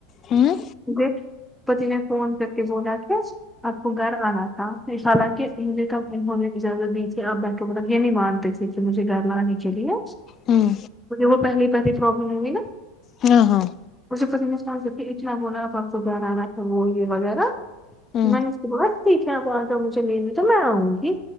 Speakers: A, on the left (about 35°); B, in the centre.
A: ہاں
B: مے پتی نے فون کر کے بولا تھا آپ کو گھر آنا تھا حالانکہجھے تب انہوں نے اجازت دی تھی آپ بٹ کے مطلب یہ نہیں مانتے تھے مجھے گھر لانے کے لیے
A: ہاں
B: مجھے وہ پہلی پہلی پروابلم ہوئی نا
A: ہاں ہاں
B: مجھے پت نہیں سمج ستے اتنا بونا ب تو گھرانا تھا وہ یہ وغیرہ
A: ہوں
B: میں نے اس کے بعد سیکھ ہے آپ آگ مجھے لے ہوئی تو میں آؤں گی